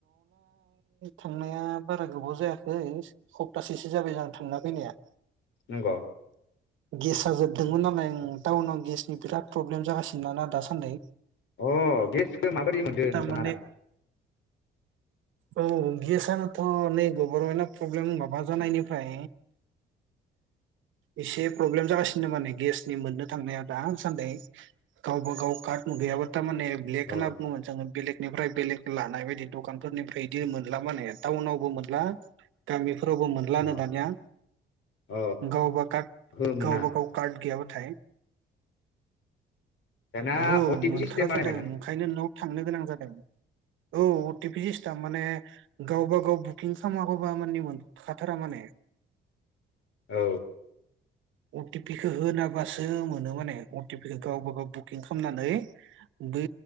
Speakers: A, on the right; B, on the left.
A: थांनाया बारा गोबाव जायाखै खप्तासेसो जाबाय आ थांना फैनाया।
B: नंगौ।
A: गेस आ जोबदोंमोन नालाय टाउनाव गेसनि बिराद प्रब्लेम जागासिना ना दासान्दै।
B: अ गेसखो माबायदि मोनदो
A: थारमाने
B: नोंथाङा दा।
A: औ गेसनोथ नै गभरमेनआव प्रब्लेम माबा जानायनिफ्राय एसे प्रब्लेम जागासिनो माने गेसनि मोननो थांनाया दासान्दै गावबगाव कार्ट उनुगैयाबा तारमाने ब्लेक होनना
B: अ
A: बुङो जोंङो। बेलेगनिफ्राय बेलेग लानाय बायदि दखान निफ्राय इदि मोनला माने टाउनावबो मोनला गामि फोरावबो मोनलानो
B: अ
A: दानिया
B: अ
A: गावबा कार्ट
B: हो मोना
A: गावबा गाव कार्ट गैया बाथाय है।
B: दाना
A: ओहो
B: अटिपि
A: मोनथारा
B: सिस्टेम बानायबायना
A: जादों ओंखायनो न' आव थांनो गोनां जादों। औ टि पि सिस्टाम माने गावबा गाव बुकिं खामागौबा मानि मोनखाथारा माने।
B: औ।
A: अ टि पि खो होनाबासो मोनो माने अ टि पि खो गावबागाव बुकिं खामनानै बै